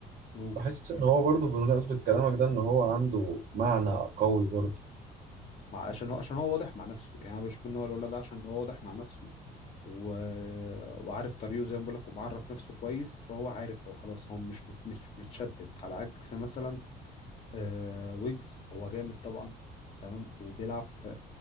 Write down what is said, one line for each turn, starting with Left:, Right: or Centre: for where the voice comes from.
Left: قول
Right: بحس
Left: قول.
Right: ان هو برضو بمناسبة كلامك ده ان هو عنده معنى قوي برضو
Left: مع عشان هو عشان هو واضح مع نفسه يعني انا بشوف ان هو الولد ده عشان هو واضح مع نفسه و... وعارف طريقه زي ما بقول لك ومعرف نفسه كويس فهو عارف هو خلاص هو مش مت- مش متشتت على عكس مثلا آه ويجز هو جامد طبعا تمام وبيلعب في